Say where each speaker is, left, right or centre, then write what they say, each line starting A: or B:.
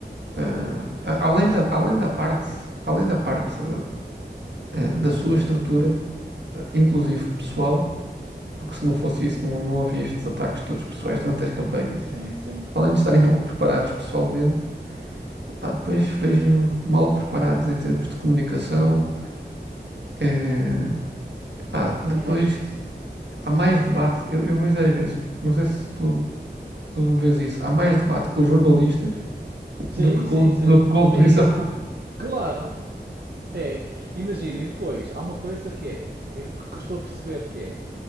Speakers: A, on the right; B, on the right.
A: Ah, a- além da, além da parte, além da parte ah, da sua estrutura, ah, inclusive pessoal, porque se não fosse isso não, não havia estes ataques todos pessoais durante as campanhas.
B: Sim, sim.
A: Além de estarem mal preparados pessoalmente, pá, depois vejo mal preparados em termos de comunicação. Eh, pá,
B: Eu também
A: depois
B: acho isso.
A: há mais debate. Eu, eu vejo às vezes, não sei se tu Tu vês isso. Há mais debate com os jornalistas
B: Sim,
A: do que com,
B: sim, sim.
A: do que com a oposição.
B: É isso. Claro, é. Imagina, e depois há uma coisa que é, eu- que eu estou a perceber que é,